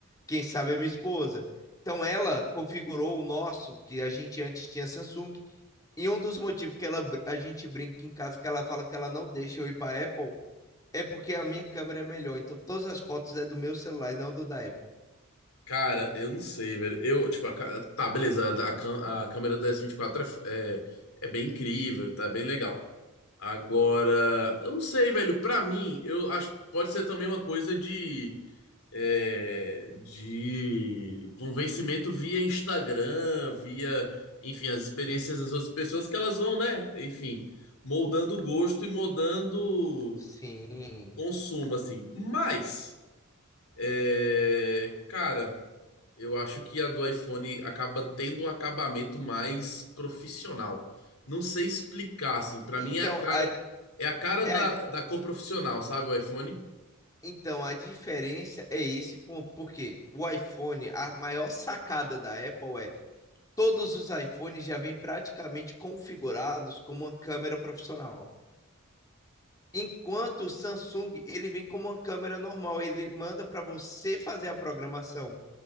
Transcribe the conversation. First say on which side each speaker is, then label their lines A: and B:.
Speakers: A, on the left; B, on the left.
A: Quem sabe é minha esposa. Então ela configurou o nosso, que a gente antes tinha Samsung, e um dos motivos que ela, br- a gente brinca em casa, que ela fala que ela não deixa eu ir para Apple, é porque a minha câmera é melhor. Então todas as fotos é do meu celular e não do da Apple.
B: Cara, eu não sei, velho. Eu, tipo, a ca- tá, beleza. A, a cam- a câmera da S24 é, f- é, é bem incrível, tá é bem legal. Agora, eu não sei, velho. Pra mim, eu acho que pode ser também uma coisa de, é, de convencimento via Instagram, via, enfim, as experiências das outras pessoas que elas vão, né? Enfim, moldando gosto e moldando
A: Sim.
B: consumo, assim. Mas, é, cara. Eu acho que a do iPhone acaba tendo um acabamento mais profissional. Não sei explicar, assim. Pra
A: Então,
B: mim é a cara,
A: a,
B: é a cara
A: é
B: da,
A: a
B: da cor profissional, sabe, o iPhone?
A: Então, a diferença é esse ponto, porque o iPhone, a maior sacada da Apple é todos os iPhones já vêm praticamente configurados como uma câmera profissional. Enquanto o Samsung, ele vem como uma câmera normal, ele manda para você fazer a programação.